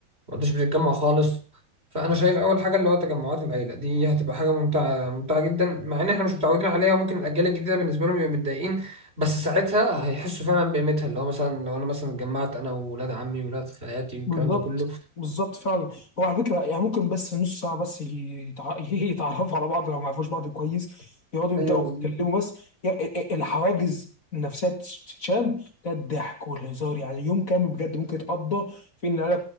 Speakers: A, on the right (about 30°); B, on the left (about 45°).
A: ما عادش بنتجمع خالص فانا شايف اول حاجه اللي هو تجمعات العيله دي هتبقى حاجه ممتعه ممتعه جدا مع ان احنا مش متعودين عليها وممكن الاجيال الجديده بالنسبه لهم يبقوا متضايقين بس ساعتها هيحسوا فعلا بقيمتها اللي هو مثلا لو انا مثلا اتجمعت انا وولاد عمي وولاد خالاتي والكلام
B: بالظبط
A: ده كله
B: بالظبط فعلا هو على فكره يعني ممكن بس نص ساعه بس يتع... <laughs> يتعرفوا على بعض لو ما يعرفوش بعض كويس يقعدوا يبداوا
A: ايوه بالظبط
B: يتكلموا بس يعني الحواجز النفسيه تت- تتشال ده الضحك والهزار يعني يوم كامل بجد ممكن يتقضى في ان العيله